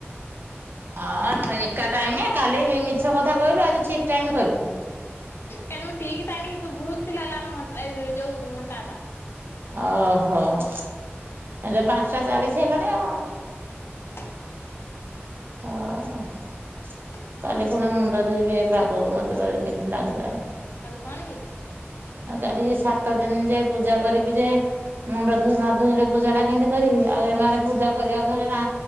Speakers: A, on the right; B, on the left.
A: ହଁ ଏକା ଟାଇମ କାଲି ମିଛ କଥା କହିଲୁ ଆଜି ଠିକ ଟାଇମ କହିଲୁ।
B: କାଲି ମୁଁ ଠିକ ଟାଇମ ଭୁଲ ଥିଲା ହେଲା ଆମ ଘଟା ଏଇ ଯୋଉ ଘଣ୍ଟାଟା।
A: ଓହୋ ହେଲେ ପାଞ୍ଚଟା ଚାଳିଶ ହେଲାଣି ଆଉ କଣ।
B: ହୁଁ।
A: <unintelligible>
B: <inaudible>
A: କାଲି ପୁଣି ମୁଣ୍ଡ ଧୋଇବି ଏଇ ପାଗକୁ ମୋତେ ଭାରି କେମିତି ଲାଗିଲାଣି?
B: କାଲି କଣ କି?
A: ଆ କାଲି ସାତ ଦିନ ଯେ ପୂଜା କରିବି ଯେ ମୁଣ୍ଡ ଧ ନ ଧୋଇଲେ ପୂଜାଟା କେମିତି କରିବି ଆଉ ଏମାନେ ପୂଜା କରିବାକୁ ହେଲେ ନା